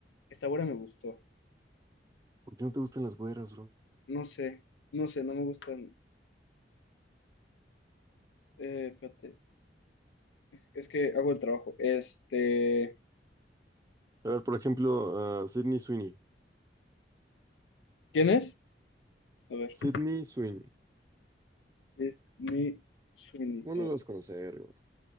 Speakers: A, on the left; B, on the right.
A: Esta hora me gustó.
B: ¿por qué no te gustan las güeras, bro?
A: No sé, no sé, no me gustan. Eh, espérate, es que hago el trabajo. Este,
B: A ver, por ejemplo, a Sydney Sweeney.
A: ¿quién es? A ver,
B: Sydney Sweeney.
A: es mi Suni.
B: ¿Cómo
A: A
B: no
A: ver.
B: las vas a conocer, bro?